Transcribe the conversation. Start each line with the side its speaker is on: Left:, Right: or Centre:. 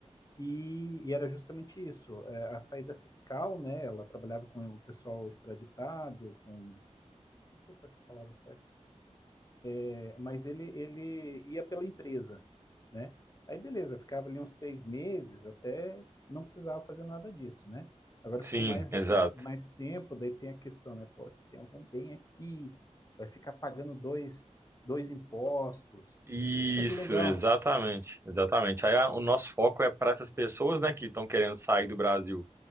Left: E, e era justamente isso, é, a saída fiscal, né? Ela trabalhava com o pessoal extraditado, com... Não sei se é essa a palavra certa É, mas ele, ele ia pela empresa, né? Aí beleza, ficava ali uns seis meses até não precisava fazer nada disso, né? Agora
Right: sim,
Left: ficou mais,
Right: exato.
Left: de- mais tempo, daí tem a questão, né? Pô, se tem algum bem aqui, vai ficar pagando dois, dois impostos.
Right: Isso,
Left: Pô, que legal.
Right: exatamente, exatamente. Aí a- o nosso foco é para essas pessoas, né, que estão querendo sair do Brasil